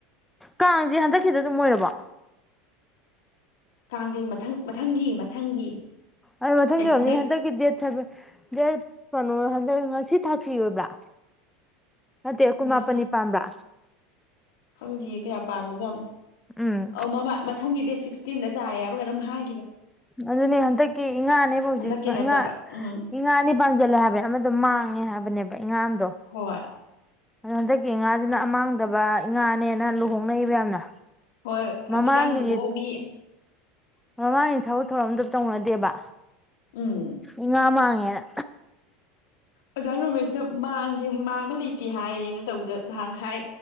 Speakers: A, in the centre; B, on the left.
A: ꯀꯥꯡꯁꯦ ꯍꯟꯗꯛꯀꯤꯗ
B: ꯑꯦ
A: ꯑꯗꯨꯝ ꯑꯣꯏꯔꯕꯣ
B: ꯀꯥꯡꯒꯤ ꯃꯊꯪ ꯃꯊꯪꯒꯤ ꯃꯊꯪꯒꯤ
A: ꯑꯩ ꯃꯊꯪꯒꯤ
B: ꯑꯦ
A: ꯑꯣꯏꯔꯝꯅꯤ
B: ꯍꯟꯗꯛ
A: ꯍꯟꯗꯛꯀꯤ ꯗꯦꯠ ꯁꯚꯦꯟ ꯗꯦꯠ ꯀꯩꯅꯣ ꯉꯁꯤ ꯊꯥꯁꯤ ꯑꯣꯏꯕ꯭ꯔꯥ ꯅꯠꯇꯦ ꯀꯨꯟꯃꯥꯄꯟꯅꯤ
B: ꯑꯁ
A: ꯄꯥꯟꯕꯥ
B: ꯈꯪꯗꯦꯌꯦ ꯀꯌꯥ ꯄꯥꯟꯕꯖꯥꯠꯅꯣ
A: ꯎꯝ
B: ꯑꯧ ꯃꯃꯥ ꯃꯊꯪꯒꯤ ꯗꯦꯠ ꯁꯤꯛꯁꯇꯤꯟꯗ ꯇꯥꯏ ꯍꯥꯏꯕ ꯀꯩꯅꯣꯝ ꯍꯥꯏ
A: ꯑꯗꯨꯅꯦ ꯍꯟꯗꯛꯀꯤ ꯏꯉꯥꯅꯦꯕ ꯍꯧꯖꯤꯛꯥꯁꯦ
B: ꯍꯟꯗꯛꯀꯤ ꯅꯠꯇꯕ
A: ꯏꯉꯥ
B: ꯎꯝ
A: ꯏꯉꯥ ꯑꯅꯤ ꯄꯥꯟꯁꯤꯜꯂꯦ ꯍꯥꯏꯕꯅꯦ ꯑꯃꯗꯣ ꯃꯥꯡꯉꯦ ꯍꯥꯏꯕꯅꯦꯕ ꯏꯉꯥ ꯑꯝꯗꯣ
B: ꯍꯣꯏ
A: ꯑꯗꯣ ꯍꯟꯗꯛꯀꯤ ꯏꯉꯥꯁꯤꯅ ꯃꯥꯡꯗꯕ ꯏ ꯉꯥꯅꯦꯅ ꯂꯨꯍꯣꯡꯅꯩꯕ ꯌꯥꯝꯅ
B: ꯍꯣꯏ ꯍꯧꯖꯤꯛꯀꯥꯟ
A: ꯃꯃꯥꯡꯒꯤꯗꯤ
B: ꯂꯨꯍꯣꯡꯕꯤ
A: ꯃꯃꯥꯡꯒꯤ ꯊꯕꯛ ꯊꯧꯔꯃꯗ ꯇꯧꯅꯗꯦꯕ
B: ꯎꯝ
A: ꯏꯉꯥ ꯃꯥꯡꯉꯦꯅ
B: ꯑꯣꯖꯥ ꯔꯣꯃꯦꯁꯅ ꯃꯥꯡꯗꯦ ꯃꯥꯡꯕ ꯂꯩꯇꯦ ꯍꯥꯏꯌꯦꯅ ꯇꯧꯕꯗ ꯅꯍꯥꯟ ꯍꯥꯏ